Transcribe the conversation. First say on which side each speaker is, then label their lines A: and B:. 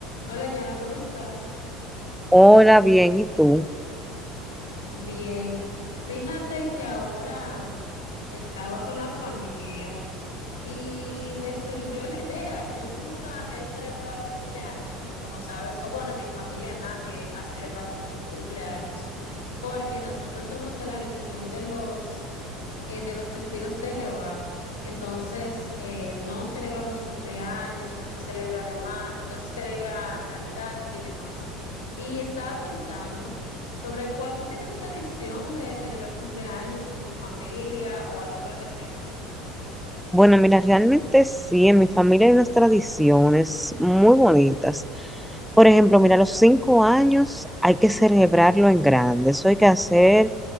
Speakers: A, on the left; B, in the centre.
A: Hola, Yana, ¿cómo estás?
B: Hola, bien, ¿y tú?
A: Bien, fíjate que ahora estaba con la familia Y me surgió la idea. Yo nunca he celebrado cumpleaños porque, como sabes, o bueno, en mi familia nadie ha celebrado nunca un cumpleaños porque nosotros somos de la religión de los, eh, de los testigos de Jehová. Entonces, eh, no celebramos cumpleaños, no se celebra demás, no se celebra Navidad y demás. Y estaba pensando sobre cuál tú tienes tradición de celebrar cumpleaños con tu familia o algo por el estilo.
B: Bueno, mira, realmente sí, en mi familia hay unas tradiciones muy bonitas. Por ejemplo, mira, a los cinco años hay que celebrarlo en grande. Eso hay que hacer